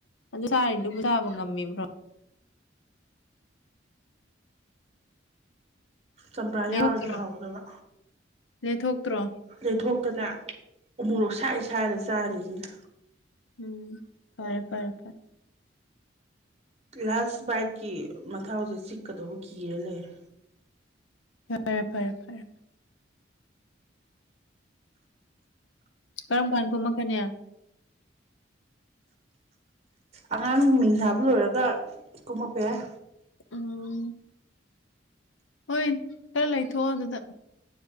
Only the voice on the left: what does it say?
ꯑꯗꯨ ꯁꯥꯔꯤꯗꯨꯕꯨ ꯁꯥꯥꯕ ꯉꯝꯃꯤꯕ꯭ꯔꯣ
ꯂꯦꯊꯣꯛꯇ꯭ꯔꯣ
ꯂꯦꯊꯣꯛꯇ꯭ꯔꯣ
ꯎꯝ ꯐꯔꯦ ꯐꯔꯦ
ꯐꯔꯦ ꯐꯔꯦ ꯐꯔꯦ ꯀꯔꯝ ꯀꯥꯟ ꯀꯨꯝꯝꯛꯅꯤ
ꯎꯝ ꯍꯣꯏ ꯈꯔ ꯂꯩꯊꯣꯛꯑꯣ ꯑꯗꯨꯗ